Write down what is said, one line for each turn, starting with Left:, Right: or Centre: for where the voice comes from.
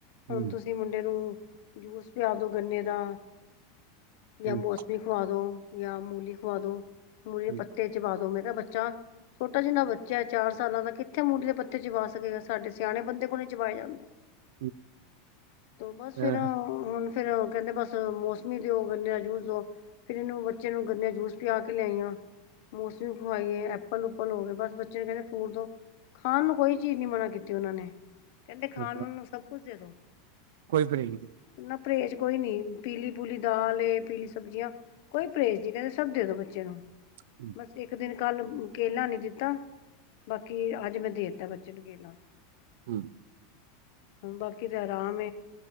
Left: ਹੁਣ
Right: ਹੂੰ
Left: ਤੁਸੀਂ ਮੁੰਡੇ ਨੂੰ ਜੂਸ ਪਿਆ ਦੋ ਗੰਨੇ ਦਾ ਜਾਂ
Right: ਹੂੰ
Left: ਮੌਸਮੀ ਖੁਆ ਦੋ ਜਾਂ ਮੂਲੀ ਖੁਆ ਦੋ ਮੂਲੀ
Right: ਹੂੰ
Left: ਪੱਤੇ ਚਬਾ ਦੋ ਮੈਂ ਕਿਹਾ ਬੱਚਾ ਛੋਟਾ ਜਿਨਾ ਬੱਚਾ ਹੈ ਚਾਰ ਸਾਲਾਂ ਦਾ ਕਿੱਥੇ ਮੂਲੀ ਦੇ ਪੱਤੇ ਚਬਵਾ ਸਕੇਗਾ ਸਾਡੇ ਸਿਆਣੇ ਬੰਦੇ ਕੋਲ ਚਬਵਾਏ ਜਾਂਦਾ
Right: <inaudible>
Left: ਤ ਬਸ ਫਿਰ
Right: ਅਹ,
Left: ਹੁਣ ਫੇਰ ਕਹਿੰਦੇ ਬਸ ਮੌਸਮੀ ਦਿਓ ਗੰਨੇ ਦਾ ਜੂਸ ਦਓ ਫੇਰ ਇਹਨੂੰ ਬੱਚੇ ਨੂੰ ਗੰਨੇ ਦਾ ਜੂਸ ਪਿਆ ਕੇ ਲਿਆਈਆਂ ਮੌਸਮੀ ਖਵਾਈਏ ਐਪਲ ਉਪਲ ਹੋ ਗਏ ਬਸ ਬੱਚੇ ਨੂੰ ਕਹਿੰਦੇ ਫੂਡ ਦਿੳ, ਖਾਣ ਨੂੰ ਕੋਈ ਚੀਜ਼ ਨੀ ਮਨਾ ਕੀਤੀ ਉਹਨਾਂ ਨੇ ਕਹਿੰਦੇ ਖਾਣ
Right: ਅੱਛਾ,
Left: ਵਣ ਨੂੰ ਸਭ ਕੁਝ ਦੇ ਦੋ
Right: ਕੋਈ ਬੇਕ ਨਹੀਂ
Left: ਨਾ ਪਰਹੇਜ਼ ਕੋਈ ਨੀ, ਪੀਲੀ ਪੂਲੀ ਦਾਲ ਪੀਲੀ ਸਬਜ਼ੀਆਂ ਕੋਈ ਪਰਹੇਜ਼ ਨਹੀ ਕਹਿੰਦੇ- ਸਭ ਦੇ ਦੋ ਬੱਚੇ ਨੂੰ
Right: ਹਮ
Left: ਬਸ ਇੱਕ ਦਿਨ ਕੱਲ ਕੇਲਾ ਨੀ ਦਿੱਤਾ ਬਾਕੀ ਅੱਜ ਮੈਂ ਦੇ ਦਿੱਤਾ ਬੱਚੇ ਨੂੰ ਕੇਲਾ
Right: ਹਮ
Left: ਹ ਬਾਕੀ ਤੇ ਆਰਾਮ